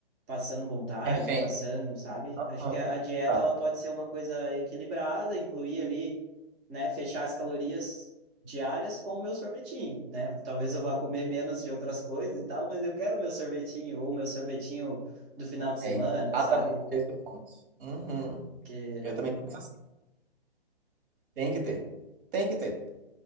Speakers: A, on the right; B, on the right.
A: passando vontade,
B: Refém.
A: passando, sabe?
B: Aham.
A: Acho que a, a dieta
B: Tá.
A: ela pode ser uma coisa equilibrada, incluir ali, né? Fechar as calorias diárias com o meu sorvetinho, né? Talvez eu vá comer menos de outras coisas e tal, mas eu quero o meu sorvetinho ou o meu sorvetinho do final de semana,
B: É exatamente
A: sabe?
B: esse o ponto. Uhum.
A: Que,
B: Eu também penso assim. Tem que ter. Tem que ter.